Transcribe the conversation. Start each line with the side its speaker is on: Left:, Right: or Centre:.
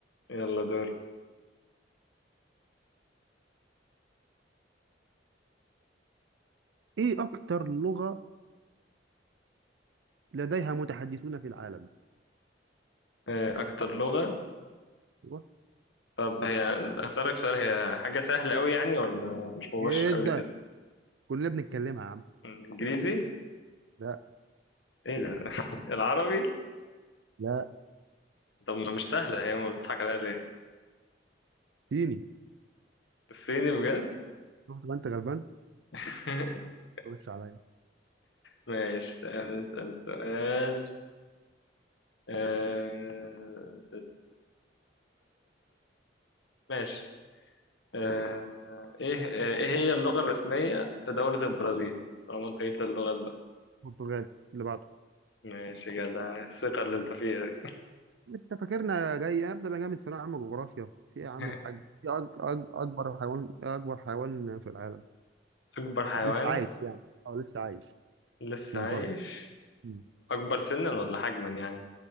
Left: يلا دور
Right: ايه اكتر لغه لديها متحدثون في العالم
Left: آه، أكتر لغة
Right: أيوة.
Left: طب هي أسألك سؤال هي حاجة سهلة قوي يعني ولا مش مباشرة
Right: جدا
Left: قوي كده
Right: كلنا بنتكلمها يا عم
Left: إنجليزي
Right: لا
Left: إيه ده <laughs> العربي
Right: لا
Left: طب ما مش سهلة هي ما بتضحك عليها ليه
Right: صيني
Left: الصيني بجد
Right: شفت بقى انت غلبان
Left: <laughs>
Right: خش عليا
Left: ماشي تعال نسأل سؤال آه، ماشي آه، ايه ايه هي اللغة الرسمية في دولة البرازيل طالما انت جيت للغات بقى
Right: برتغال اللي بعده
Left: ماشي يا جدع الثقة اللي انت فيها دي
Right: انت فاكرنا جاي ابدا انا جاي من ثانويه عامه جغرافيا في إيه يا عم
Left: <laughs>
Right: الحاج في أج... أج... اكبر حيوان اكبر حيوان في العالم
Left: أكبر حيوان
Right: لسه عايش يعني اه لسه عايش
Left: لسه
Right: منقرض
Left: عايش
Right: مم.
Left: أكبر سنا ولا حجما يعني